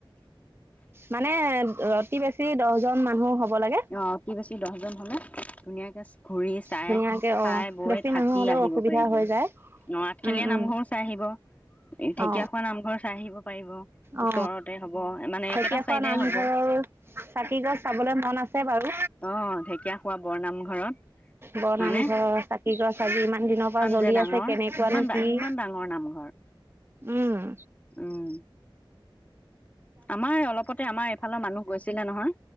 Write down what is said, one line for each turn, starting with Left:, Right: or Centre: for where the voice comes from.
Right: মানে অতি বেছি দহজন মানুহ হব লাগে
Left: অ অতি বেছি দহজন হলে ধুনীয়াকে ঘুৰি চাই
Right: ধুনীয়াকে
Left: খাই
Right: অ
Left: বৈ
Right: বেছি
Left: থাকি
Right: মানুহ হ'লেও
Left: আহিব
Right: অসুবিধা
Left: পাৰিব
Right: হৈ
Left: ন
Right: যায়
Left: আঠখেলীয়া
Right: উম
Left: নামঘৰো
Right: উম
Left: চাই আহিব ঢেকীয়াখোৱা
Right: অ
Left: নামঘৰ চাই আহিব পাৰিব
Right: অ
Left: ওচৰতে হব মানে
Right: ঢেকীয়াখোৱা
Left: একেটা চাইডে
Right: নামঘৰৰ
Left: হব
Right: চাকি গছ চাবলৈ মন আছে বাৰু
Left: অ' ঢেকীয়া খোৱা বৰনামঘৰত।
Right: বৰনামঘৰ
Left: হয়নে
Right: চাকি গছ আজি ইমান দিনৰ পৰা জ্বলি
Left: যে ডাঙৰ
Right: আছে কেনেকুৱানো
Left: ইমান ডা
Right: কি
Left: ইমান ডাঙৰ নামঘৰ
Right: উম, উ,
Left: উম আমাৰ অলপতে আমাৰ এইফালৰ মানুহ গৈছিলে নহয়